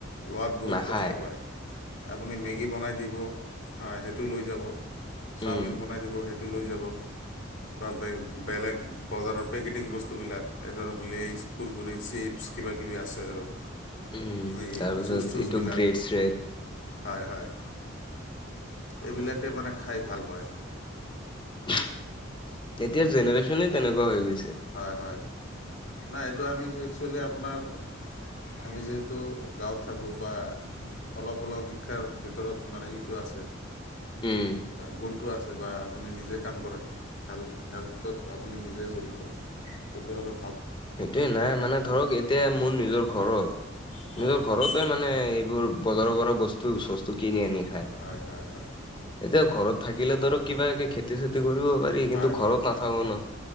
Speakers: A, on the left; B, on the left.
A: লোৱাত বহুত
B: নাখায়
A: কষ্ট পায় আপুনি মেগী বনাই দিব হা সেইটো লৈ যাব। চাওমিন
B: উম
A: বনাই দিব সেইটো লৈ যাব বা বে বেলেগ। বজাৰৰ পেকেটিং বস্তুবিলাক এ ধৰক লেজ কুৰকুৰি চিপছ কিবাকিবি আছে আৰু।
B: উম
A: এই
B: তাৰপিছত
A: জুচ চুচবিলাক
B: এইটো ব্ৰেড শ্ৰেড।
A: হয় হয় এইবিলাকে মানে খাই ভাল পায়।
B: এতিয়াৰ জেনেৰেশ্যনে তেনেকুৱা হৈ গৈছে।
A: হয় হয় নাই এইটো আমি একচুৱেলি আপোনাৰ। আমি যিহেতু গাঁৱত থাকো বা। অলপ হ'লেপ শিক্ষাৰ ভিতৰত মানে ইটো আছে
B: উম
A: গুণটো আছে। বা আপুনি নিজে কাম কৰে হেল হেল্থত আপুনি নিজে জড়িত তেতিয়'লে।
B: সেইটোৱে নাই মানে ধৰক এতিয়া মোৰ নিজৰ
A: মানে
B: ঘৰত।
A: হয়
B: নিজৰ
A: হয়
B: ঘৰতে মানে এইবোৰ। বজাৰৰ পৰা বস্তু চস্তু কিনি আনি খায়।
A: হয় হয় হয়
B: এতিয়া ঘৰত থাকিলে ধৰক কিবা কে খেতি চেতি কৰিব। পাৰি
A: হয়
B: কিন্তু
A: হয়
B: ঘৰত
A: হয়
B: নাথাকো
A: হয়
B: ন